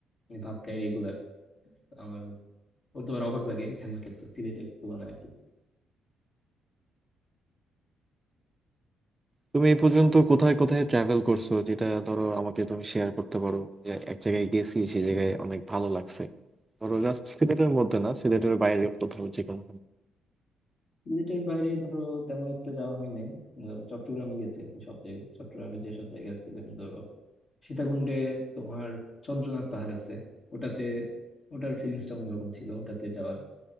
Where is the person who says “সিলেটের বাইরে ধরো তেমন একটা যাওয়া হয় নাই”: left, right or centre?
Left